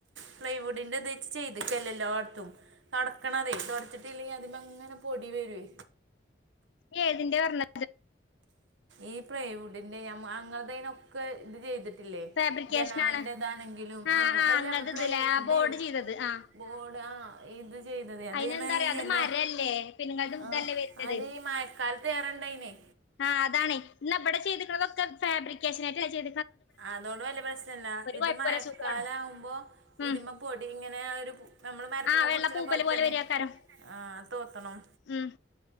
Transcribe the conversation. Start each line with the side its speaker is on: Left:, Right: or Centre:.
Right: പ്ലളൈവുഡിന്റെ ഇത് ചെയ്തേക്കല്ലേ എല്ലാടത്തും. തുടക്കണതെ തുടച്ചിട്ടില്ലെങ്കിൽ അതി അങ്ങനെ പൊടി വരുവേ.
Left: ഏ ഏതിന്റെറെ പറഞ്ഞ
Right: ഈ പ്രൈവുഡിന്റെ ഞ അങ്ങളുടെനൊക്കെ ഇത് ചെയ്തിട്ട്
Left: ഫാബ്രിക്കേഷനാണ്
Right: ജനാലിന്റെതാണെങ്കിലും
Left: ആഹ്
Right: ആ
Left: ആഹ്
Right: അല്ല
Left: അങ്ങനത്തെ
Right: പ്ലൈവുഡ്
Left: ഇതില്ലേ ആ ബോർഡ് ചെയ്തത് ആഹ്
Right: വോട ഇത് ചെയ്തത് അതനെ
Left: അയിനെന്താ പറയാ
Right: ഈയല്ലോ
Left: അത് മരല്ലേ പിന്നെങ്ങത്
Right: ആ
Left: ഇതല്ലേ വരുന്നത്
Right: അത് ഇ കാലത്ത്റെണ്ടായിനെ
Left: ആ, അതാണ് ഇന്ന് ഇവിടെ ചെയ്തിന്നതൊക്കെ ഫാബ്രിക്കേഷനായിയിട്ട ചെയ്
Right: അതൊണ്ട് വലിയ പ്രശ്നല്ലാ, ഇത്
Left: കുഴപ്പല്ല
Right: മഴക്കാല
Left: സുഖാണ്
Right: ആവുമ്പോ
Left: ഉം
Right: ഇതിമ്മ പൊടി ഇങ്ങനെ ഒരു നമ്മള് മരത്ത്മ്മേ
Left: ആഹ് വെള്ള
Right: കുടിച്ചണ
Left: പൂപ്പല്
Right: പോലെ തന്നെ
Left: വരാക്കാരം
Right: ആ തോത്തണം
Left: ഉം